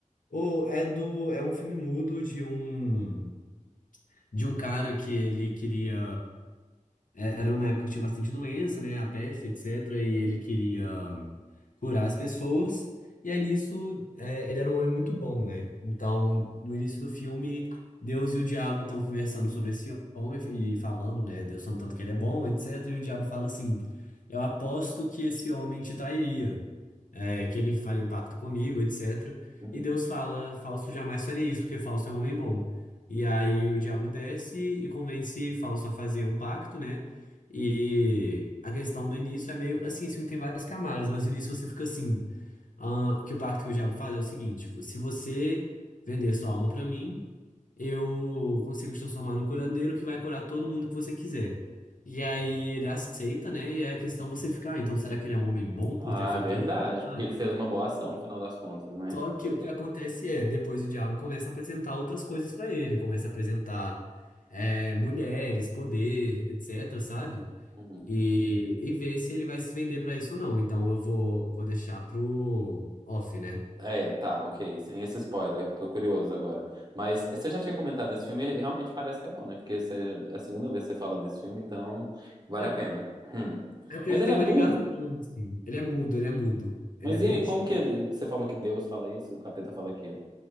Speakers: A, on the left; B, on the right.
A: Ou é do, é um filme mudo de um de um cara que ele queria é, era numa época que tinha bastante doença, né? A peste, etc. E ele queria curar as pessoas. E aí nisso, é, ele era um homem muito bom, né? Então, no início do filme, Deus e o diabo estão conversando sobre esse homem e falando, né? Deus falando tanto que ele é bom, etc. E o diabo fala assim: Eu aposto que esse homem te trairia, é, que ele faria um pacto comigo, etc.
B: Uhum.
A: E Deus fala: Fausto jamais faria isso, porque Fausto é um homem bom. E aí o diabo desce e convence Fausto a fazer um pacto, né? E a questão do início é meio assim, esse filme tem várias camadas, mas no início você fica assim, ah, que o pacto que o diabo faz é o seguinte, vo- se você vender sua alma pra mim, eu consigo te transformar num curandeiro que vai curar todo mundo que você quiser. E aí ele aceita, né? E aí a questão você fica, ah, então será que ele é um homem bom
B: Ah,
A: por ter feito
B: é verdade,
A: isso? Sabe?
B: porque ele fez uma boa ação no final das contas, né?
A: Só que
B: É-
A: o que acontece
B: é-
A: é, depois o diabo começa a apresentar outras coisas pra ele, começa a apresentar eh, mulheres, poder, etc, sabe?
B: uhum.
A: e, e ver se ele vai se vender pra isso ou não. Então eu vou, vou deixar pro off, né?
B: É, tá, ok. Sem esse spoiler, tô curioso agora. Mas você já tinha comentado desse filme, e realmente parece que é bom, né? Porque você- é a segunda vez que você fala desse filme, então vale
A: É,
B: a pena. Hum.
A: é porque
B: Mas
A: ele
B: ele
A: tem
B: é
A: uma
B: mudo?
A: ligação, assim. Ele é mudo, ele é mudo. Ele
B: Mas
A: é bem
B: e aí,
A: antigo.
B: como que ele- você falou que Deus fala isso, o capeta fala aquilo?